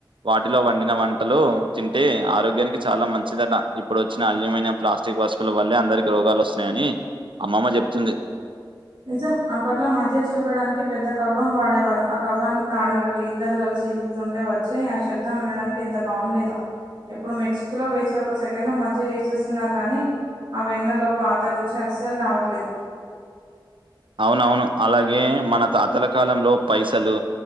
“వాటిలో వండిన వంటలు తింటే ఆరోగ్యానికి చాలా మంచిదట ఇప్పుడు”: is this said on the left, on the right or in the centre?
Right